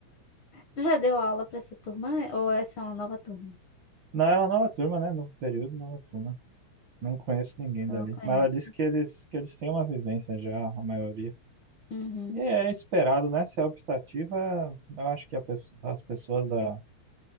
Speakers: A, on the left; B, on the right.
A: Tu já deu aula pra essa turma é? ou essa é uma nova turma?
B: Não, é uma nova turma, né? Novo período, nova turma. Não conheço ninguém
A: Tu
B: dali.
A: não conhece?
B: Mas ela disse que eles, que eles têm uma vivência já, a maioria.
A: Uhum.
B: E é esperado, né? Se é optativa, eu acho que a pesso- as pessoas da,